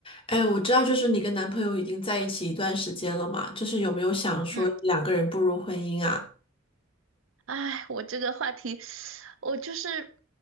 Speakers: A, on the left; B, on the right.
A: 哎，我知道，就是你跟男朋友已经在一起一段时间了嘛，就是有没有想说两个人步入婚姻啊？
B: 嗯，哎，我这个话题，我就是